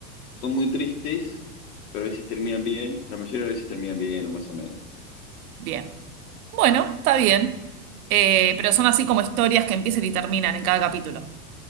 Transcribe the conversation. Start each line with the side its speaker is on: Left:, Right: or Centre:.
Left: son muy tristes, pero a veces terminan bien, la mayoría de las veces terminan bien, o más o menos.
Right: Bien. Bueno, está bien. Eh, pero son así como historias que empiezan y terminan en cada capítulo.